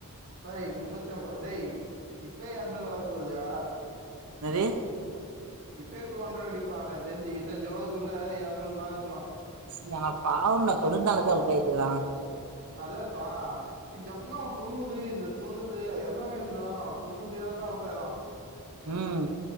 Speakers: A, on the right; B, on the right.
A: நய் முன்னூத்தி அம்பது டேய் இப்பயே எரநூறு வர போகுதுயா
B: என்னது
A: இப்பயே டூ ஹண்ட்ரட் அடிக்க போறான் டா என்க்கு தெரிஞ்சு இருத்தஞ்சு ஓவர்குள்ள எரநூறுக்கு மேலாச்சி
B: ச பாவம்னா தொண்ணூத் நாள்ல போய் அவுட் ஆயிருக்கறா
A: அதேதா டே எப்பமே தொண்ணூது இந்த தொண்ணூது எல்லாமே இருந்ததான்டா தொண்ணூறு லயே தான்டா அவுட்டாயரா
B: உம்